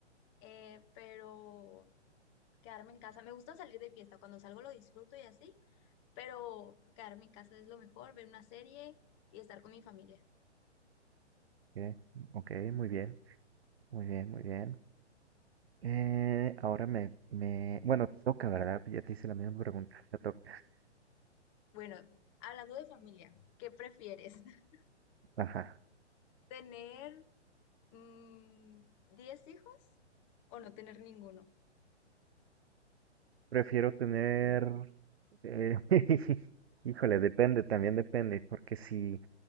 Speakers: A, on the left (about 25°); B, on the right (about 60°).
A: eh, pero quedarme en casa. Me gusta salir de fiesta, cuando salgo lo disfruto y así, pero quedarme en casa es lo mejor, ver una serie y estar con mi familia.
B: ok, ok, muy bien, muy bien, muy bien. Eh, ahora me, me, bueno, te toca, ¿verdad? Ya te hice la misma pregunta, te toca.
A: Bueno, hablando de familia, ¿qué prefieres? <laughs>
B: Ajá.
A: ¿Tener mm, 10 hijos o no tener ninguno?
B: Prefiero tener, eh, <laughs> híjole, depende, también depende, porque si,